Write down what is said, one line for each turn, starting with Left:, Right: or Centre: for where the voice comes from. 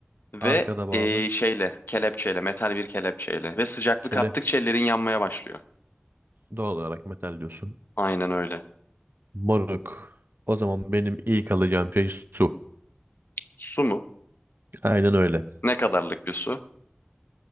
Left: Ve
Right: Arkada bağlı.
Left: e, şeyle, kelepçeyle, metal bir kelepçeyle. Ve sıcaklık
Right: Kelepçe
Left: arttıkça ellerin yanmaya başlıyor.
Right: doğal olarak metal diyorsun.
Left: Aynen öyle.
Right: Moruk. O zaman benim ilk alacağım şey su.
Left: Su mu?
Right: Aynen öyle.
Left: Ne kadarlık bir su?